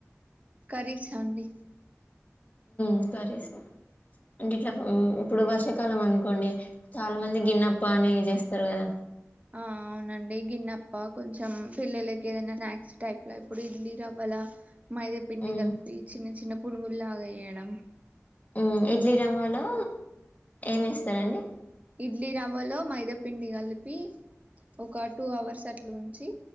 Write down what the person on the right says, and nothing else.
కర్రీస్సా అండి
అవును
ఆ అవునండి గిన్నెప్ప కొంచెం పిల్లలకి ఏదైనా స్నాక్స్ టైప్లా ఇప్పుడు ఇడ్లీ రవ్వాల మైదా పిండి
గలిపి చిన్న చిన్న పనుగుల్లాగ ఏయడం
ఇడ్లీ రవ్వలో మైదాపిండి గలిపి ఒక టూ అవర్స్ అట్లు ఉంచి